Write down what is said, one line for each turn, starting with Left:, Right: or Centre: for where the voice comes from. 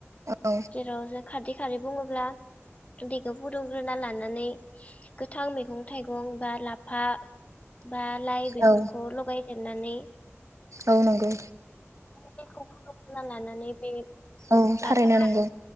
Right: औ
Left: जेराव जों खारदै खारै बुङोब्ला <unintelligible> फुदुंग्रोना लानानै गोथां मैगं-थाइगं बा लाफा बा लाइ बेफोरखौ
Right: औ
Left: लगाय हेननानै
Right: औ नंगौ।
Left: दैखौ फुदुंना लानानै बे
Right: औ थारैनो
Left: लाफा
Right: नंगौ।
Left: आरो